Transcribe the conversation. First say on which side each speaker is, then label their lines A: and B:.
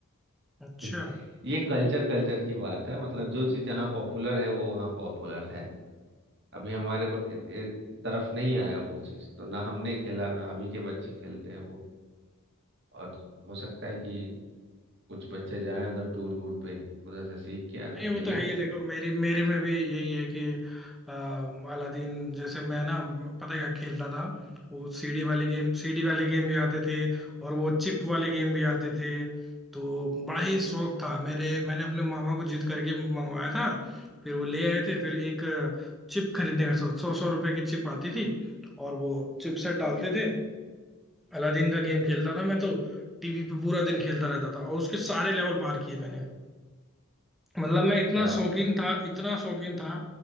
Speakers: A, in the centre; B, on the right.
A: अच्छा
B: <laughs> ये कल्चर कल्चर की बात है मतलब जो चीज़ जहाँ पॉपुलर है वो वहाँ पॉपुलर है अभी हमारे ब- ए- ए- तरफ नहीं आया वो चीज़ तो ना हमने खेला ना अभी के बच्चे खेलते हैं वो और हो सकता है कि कुछ बच्चे जाएं उधर टूर वूर पे उधर से सीख के आए
A: नहीं
B: तो खेलेंगे
A: वो तो है ही देखो मेरी मेरे में भी यही है कि आ, अलादीन जैसे मैं ना पता है क्या खेलता था वो सीडी वाले गेम सीडी वाले गेम भी आते थे और वो चिप वाले गेम भी आते थे तो बड़ा ही शौक था मेरे मैंने अपने मामा को जिद करके मंगवाया था फिर वो ले आए थे फिर एक चिप खरीदने का सोच सौ सौ रुपए की चिप आती थी और वो चिप सेट डालते थे अलादीन का गेम खेलता था मैं तो टीवी पे पूरा दिन खेलता रहता था और उसके सारे लेवल पार किए मैंने मतलब मैं इतना
B: क्या बात
A: शौकीन था इतना शौकीन था